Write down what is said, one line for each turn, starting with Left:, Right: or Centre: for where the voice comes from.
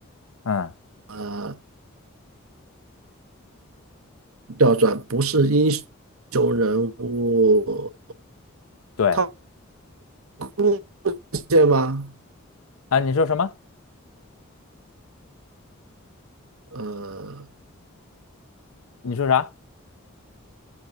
Left: 嗯，
Right: 呃调转，不是英雄人物，
Left: 对
Right: 他贡献吗？
Left: 啊，你说什么？
Right: 呃
Left: 你说啥？